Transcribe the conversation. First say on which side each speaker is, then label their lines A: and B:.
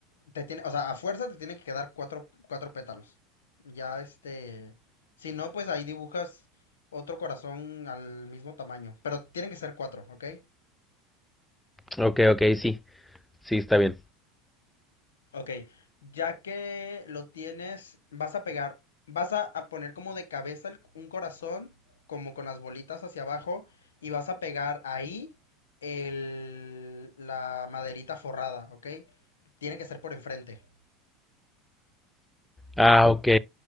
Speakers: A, on the left; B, in the centre.
A: te tiene, o sea, a fuerza te tiene que quedar cuatro, cuatro pétalos. Ya este, si no, pues ahí dibujas otro corazón al mismo tamaño, pero tienen que ser cuatro, ¿ok?
B: Ok, ok, sí, sí, está bien.
A: Ok, ya que lo tienes, vas a pegar, vas a, a poner como de cabeza el- un corazón, como con las bolitas hacia abajo, y vas a pegar ahí el, la maderita forrada, ¿ok? Tiene que ser por enfrente.
B: Ah, ok,